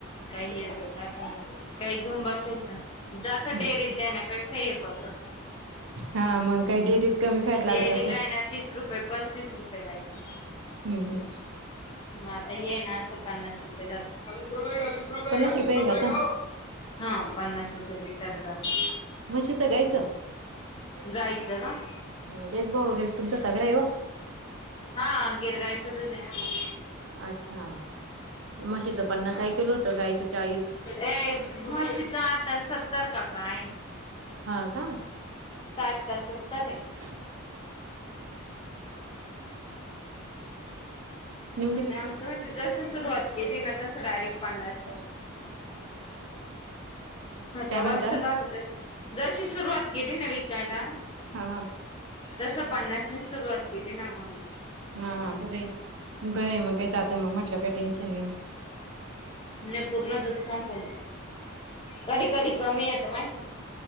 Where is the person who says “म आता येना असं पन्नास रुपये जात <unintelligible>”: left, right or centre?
Left